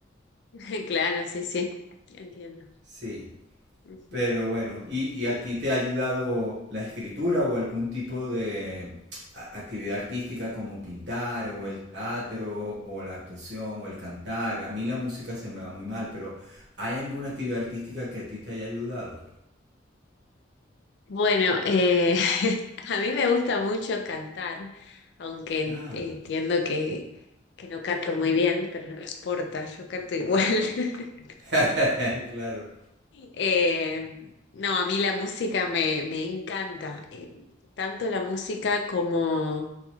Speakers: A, on the left; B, on the right.
A: <laughs> Claro, sí, sí, entiendo.
B: Sí,
A: Ujú.
B: Pero bueno, ¿y, y a ti te ha ayudado la escritura o algún tipo de a- actividad artística como pintar o el teatro o la actuación o el cantar? A mí la música se me va muy mal, pero ¿hay alguna actividad artística que a ti te haya ayudado?
A: Bueno, eh, <laughs> a mí me gusta mucho cantar, aunque en-
B: Ah,
A: entiendo que, que no canto muy bien, pero no importa, yo canto igual. <laughs>
B: <laughs> claro,
A: Eh, no, a mí la música me, me encanta, eh, tanto la música como